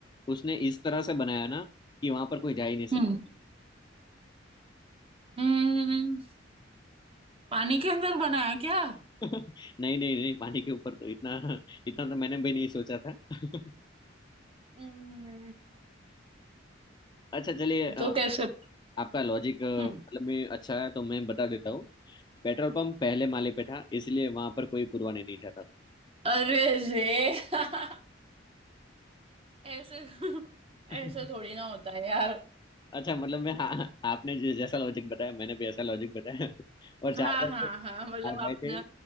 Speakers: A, on the left; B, on the right.
A: उसने इस तरह से बनाया ना कि वहां पर कोई जा ही नहीं सकता
B: हम्म हम्म पानी के अंदर बनाया क्या
A: <laughs> नहीं नहीं नहीं पानी के ऊपर तो इतना इतना तो मैंने भी नहीं सोचा था <laughs>
B: हम्म
A: अच्छा चलिए अ,
B: तो कैसे
A: आपका लॉजिक मतलब
B: हम्म
A: में अच्छा है तो मैं बता देता हूँ पेट्रोल पंप पहले माले पे था इसलिए वहां पर कोई पुरवाने नहीं जाता था
B: अरे जे <laughs> ऐसे ऐसे
A: <laughs>
B: थोड़ी ना होता है यार
A: अच्छा मतलब मैं हाँ आपने जो जैसा लॉजिक बताया मैंने भी ऐसा लॉजिक बताया <laughs> और चार
B: हाँ
A: भाई
B: हाँ
A: थे चार
B: हाँ मतलब
A: भाई
B: आपने
A: थे